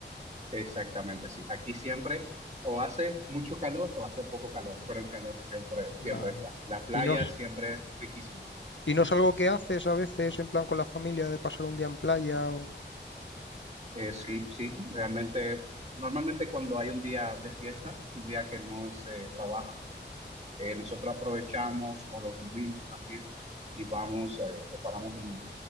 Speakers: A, on the right (about 35°); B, on the left (about 80°).
A: Exactamente, sí. Aquí siempre o hace mucho calor o hace poco calor, pero el calor siempre, siempre
B: Vale.
A: está. La playa
B: ¿Y no, es-
A: siempre es riquísima.
B: y no es algo que haces a veces en plan con la familia de pasar un día en playa o...
A: Eh, sí, sí, realmente, normalmente cuando hay un día de fiesta, un día que no se trabaja, Eh, nosotros aprovechamos, o los domingos también, y vamos, eh, preparamos un-